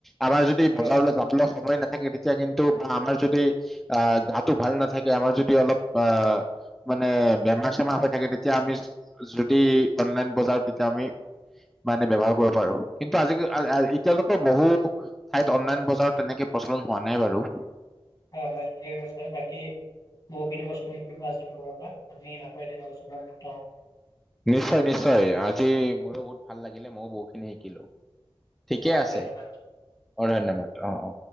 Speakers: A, in the centre; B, on the left.
A: আমাৰ যদি
B: হয়
A: বজাৰলৈ
B: হয়
A: যাবলৈ সময় নাথাকে তেতিয়া কিন্তু বা আমাৰ যদি আহ গাটো ভাল নাথাকে আমাৰ যদি অলপ আহ মানে বেমাৰ চেমাৰ হৈ থাকে তেতিয়া আমি যদি অনলাইন বজাৰ তেতিয়া আমি মানে ব্যৱহাৰ কৰিব পাৰো‌ কিন্তু আজি এতিয়ালৈকে বহু ঠাইত অনলাইন বজাৰ তেনেকে প্ৰচলন হোৱা নাই বাৰু। <inaudible>
B: হয় হয় ঠিকে কৈছে বাকি বহুখিনি বস্তু শিকিলো আজি তোমাৰ পৰা। আমি হয় <unintelligible>
A: নিশ্চয় নিশ্চয় আজি মোৰো বহুত ভাল লাগিলে ময়ো বহুতখিনি শিকিলো। ঠিকেই
B: অ,
A: আছে
B: ধন্যবাদ।
A: অ ধন্যবাদ অ অ।।